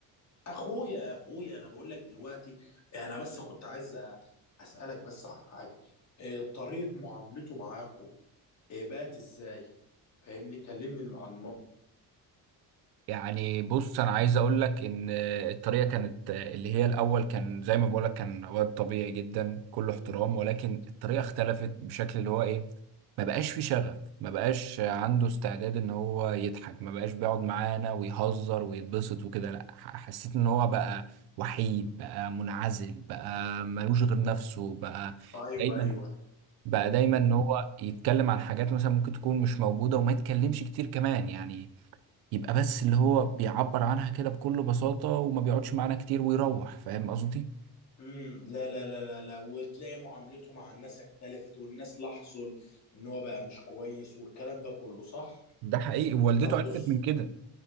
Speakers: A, on the left; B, on the right.
A: اخويا اخويا انا بقول لك دلوقتي انا بس كنت عايز أ- اسالك بس عن حاجه إيه، طريقه معاملته معاكم إيه، بقت ازاي فاهمني كلمني عن الموضوع
B: يعني بص انا عايز اقول لك ان الطريقه كانت اللي هي الاول كان زي ما بقول لك كان واد طبيعي جدا كله احترام ولكن الطريقه اختلفت بشكل اللي هو ايه ما بقاش في شغف ما بقاش عنده استعداد ان هو يضحك ما بقاش بيقعد معانا ويهزر ويتبسط وكده لا ح- حسيت ان هو بقى وحيد بقى منعزل بقى ملوش غير نفسه بقى
A: ايوه
B: دايما
A: ايوه
B: بقى دايما ان هو يتكلم عن حاجات مثلا ممكن تكون مش موجوده وما يتكلمش كتير كمان يعني يبقى بس اللي هو بيعبر عنها كده بكل بساطة وما بيقعدش معانا كتير ويروح فاهم قصدي؟
A: امم لا لا لا لا لا وتلاقي معاملته مع الناس اختلفت والناس لاحظوا ان هو بقى مش كويس والكلام ده كله صح
B: ده حقيقي والدته
A: طب
B: عرفت
A: بص
B: من كده